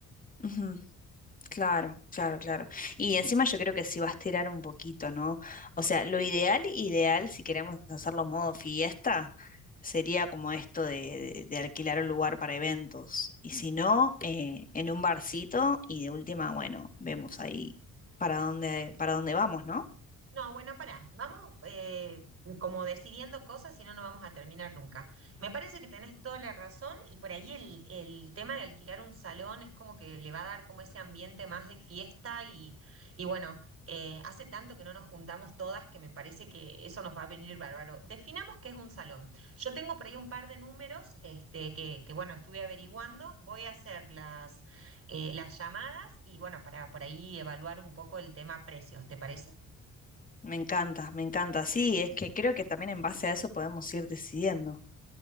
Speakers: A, on the left; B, on the right.
A: Ujú, Claro, claro, claro. Y encima yo creo que si va a estirar un poquito, ¿no? O sea, lo ideal, ideal, si queremos hacerlo modo fiesta, sería como esto de, de- de alquilar un lugar para eventos. Y si no, eh, en un barcito y de última, bueno, vemos ahí para dónde, para dónde vamos, ¿no?
B: No, bueno, pará, vamos eh, como decidiendo cosas, si no, no vamos a terminar nunca. Me parece que tenés toda la razón y por ahí el, el tema de alquilar un salón es como que le va a dar como ese ambiente más de fiesta y, y bueno, eh, hace tanto que no nos juntamos todas que me parece que eso nos va a venir bárbaro. Definamos qué es un salón. Yo tengo por ahí un par de números este, que, que bueno, estuve averiguando, voy a hacer las, eh, las llamadas y bueno, para por ahí evaluar un poco el tema precios, ¿te parece?
A: Me encanta, me encanta. Sí, es que creo que también en base a eso podemos ir decidiendo.